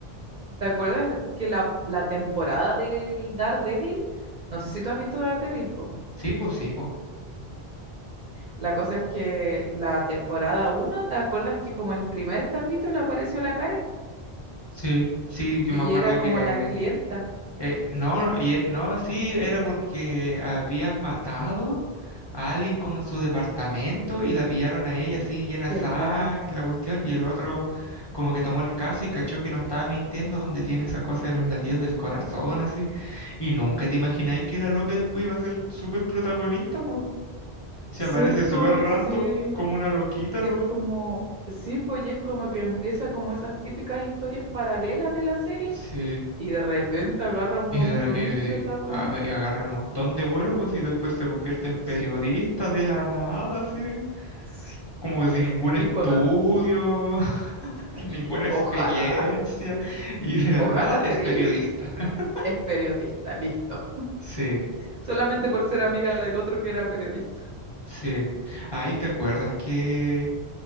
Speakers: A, on the right; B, on the left.
A: ¿te acuerdas que la, la temporada del Daredevil? No sé si tú has visto Daredevil, pues.
B: sí, po sí, po
A: La cosa es que la temporada uno ¿te acuerdas que como el primer capítulo apareció la Karen
B: Sí, sí, yo
A: y
B: me acuerdo
A: era como
B: que...
A: la clienta?
B: eh, no, y, eh, no, sí, era porque habían matado a alguien como en su departamento y la pillaron a ella así llena de
A: ¿Verdad?
B: sangre, la cuestión, y el otro como que tomó el caso y cachó que no estaba mintiendo donde tiene esa cosa de los latidos del corazón así. Y nunca te imagináis que la loca después iba a ser súper protagonista, Se
A: ¿Cierto?
B: aparece súper random,
A: Sí.
B: como una loquita
A: Sí,
B: nomás.
A: es como, sí, pues y es como que empieza como esas típicas historias paralelas de la serie
B: Sí.
A: y de repente agarra un
B: Y,
A: montón
B: de-
A: de protagonistas.
B: y- a ver, y agarra un montón de vuelo, pues, y después se convierte en
A: Sí.
B: periodista de la nada, así.
A: sí.
B: Como que sin ningún estudio,
A: Y cua-
B: <laughs> ninguna
A: sí,
B: experiencia.
A: Ojalá,
B: Y de la
A: ojalá
B: nada es
A: ser
B: periodista.
A: ella.
B: <laughs>
A: Es periodista, listo.
B: Sí,
A: Solamente por ser amiga del otro que era periodista.
B: sí. Ahí te acuerdas que,